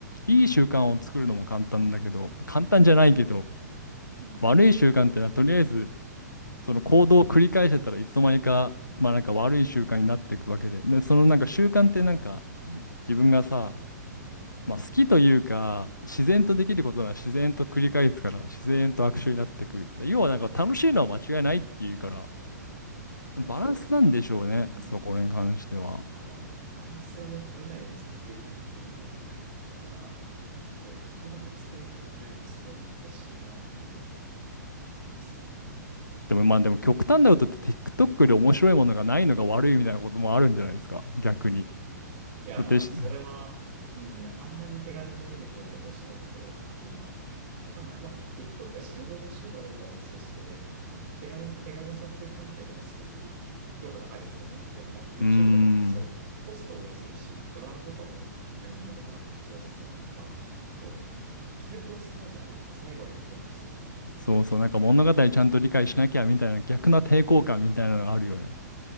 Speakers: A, on the left; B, on the right.
A: いい習慣を作るのも簡単だけど、簡単じゃないけど、
B: うん。
A: 悪い習慣ってのはとりあえず、その行動を繰り返してたらいつの間にか、まあなんか悪い習慣になっていくわけで。で、そのなんか習慣ってなんか自分がさ、まあ好きというか、自然とできることなら自然と繰り返すから、自然と悪臭になっていく。で要はなんか楽しいのは間違いないっていうから、バランスなんでしょうね、
B: なんかそうですね。うん
A: そこに関しては。
B: だから、バランスがね、取れないように設計になってるのが結果だから、こう、うまく付け合いが考なるのすごい難しいな、というのを感じてますね。
A: でもまあでも極端なことって TikTok で面白いものがないのが悪いみたいなこともあるんじゃないですか、逆に。
B: いや、
A: だってし、
B: まあ、それは、
A: う
B: うん、あんなに手軽に見れて面白くてっていうのは、他ない。まあ、TikTok が死ぬほど面白いかどうかは別として、まあ、手軽、手軽さっていう観点ではすごく評価高いですよね。やっぱり YouTube
A: ーん。
B: とかってそういうコストを要するし、ドラマとかもアニメとか小説とかもやっぱ、もう、気力を使うじゃないですか。最後まで見ようとする。
A: そうそう、なんか物語ちゃんと理解しなきゃみたいな逆な抵抗感みたいなのがあるよね。
B: うん